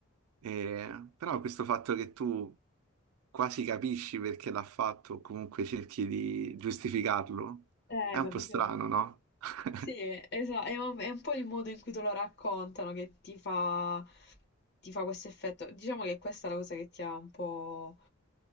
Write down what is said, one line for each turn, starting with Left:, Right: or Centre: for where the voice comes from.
Right: Eh, però questo fatto che tu quasi capisci perché l'ha fatto o comunque cerchi di giustificarlo
Left: Eh,
Right: è un
Left: capito?
Right: po' strano, no? <laughs>
Left: Sì, esatto, è, un è un po' il modo in cui te lo raccontano che ti fa, ti fa questo effetto. Diciamo che questa è la cosa che ti ha un po'